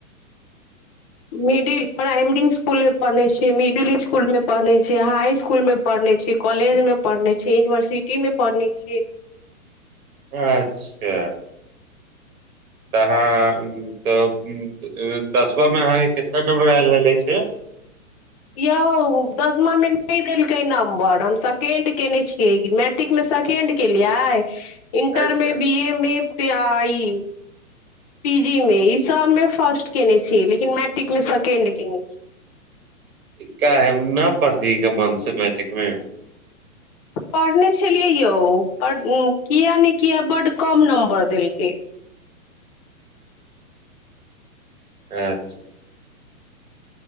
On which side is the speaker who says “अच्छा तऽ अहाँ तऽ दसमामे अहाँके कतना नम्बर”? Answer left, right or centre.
Right